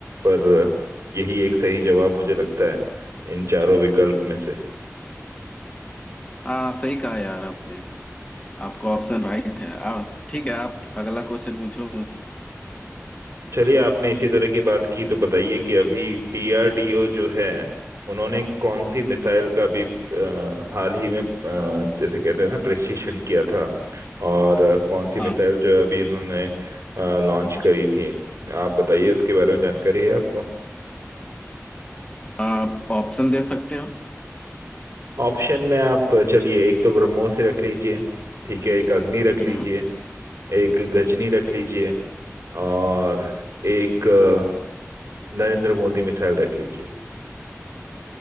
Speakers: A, on the right; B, on the left.
A: पर यही एक सही जवाब मुझे लगता है इन चारों विकल्प में से
B: हाँ सही कहा यार आपने आपका ऑप्शन राइट है आ, ठीक है आप अगला क्वेश्चन पूछो मुझसे
A: चलिए आपने इसी तरह की बात की तो बताइए कि अभी डीआरडीओ जो है उन्होंने कौन सी मिसाइल का भी अ, हाल ही में अ, जैसे कहते हैं ना प्रशिक्षण किया था और अ, कौन सी मिसाइल
B: हम्म
A: जो है अभी उन्होंने लॉन्च करी थी आप बताइए उसके बारे में जानकारी है आपको
B: आप ऑप्शन दे सकते हो
A: ऑप्शन में आप चलिए एक तो ब्रह्मोस ही रख लीजिए ठीक है एक अग्नि रख लीजिए
B: हम्म
A: एक गजनी रख लीजिए और एक अ, नरेंद्र मोदी मिसाइल रख लीजिए